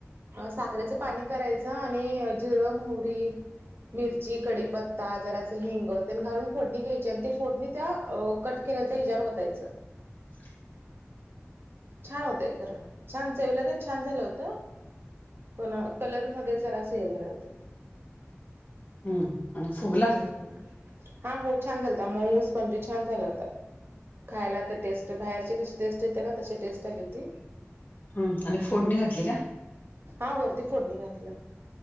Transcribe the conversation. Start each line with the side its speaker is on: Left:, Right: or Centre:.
Right: साखरेचं पाणी करायचं आणि जिरम हुरी मिरची कडीप पत्ता जराच हिंग त्यां घालून फोडणी घ्यायची आणि ते फोडणी त्या कट केल्याला त्या हिजवर वतायचं
Left: स
Right: छान होतंय खरं छान चवला तर छान झालं होतं पण कलर मध्ये जरा असं हे झालं होतं
Left: हम्म आणि फुगला
Right: हम्म
Left: का
Right: हा हो छान झाल होता मऊस म्हणजे छान झाला होता खायला तर टेस्ट बाहेरचे कशी टेस्ट येतते ना तशी टेस्ट आली होती
Left: हम आणि फोडणी घातली का
Right: हा वरती फोडणी घातलं